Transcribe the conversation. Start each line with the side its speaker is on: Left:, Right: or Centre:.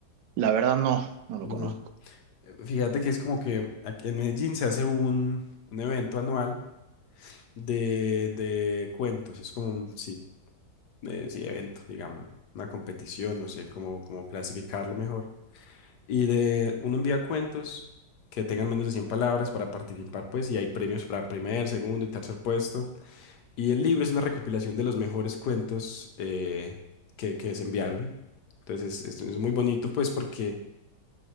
Right: La verdad no, no lo
Left: No.
Right: conozco.
Left: Eh, Fíjate que es como que aquí en Medellín se hace un, un evento anual de, de cuentos. Es como un sí, eh, sí, evento, digámoslo. Una competición, no sé cómo, cómo clasificarlo mejor Y de uno envía cuentos que tengan menos de 100 palabras para participar, pues, y hay premios para primer, segundo y tercer puesto. Y el libro es una recopilación de los mejores cuentos eh, que, que se enviaron. Entonces es, es- es muy bonito, pues, porque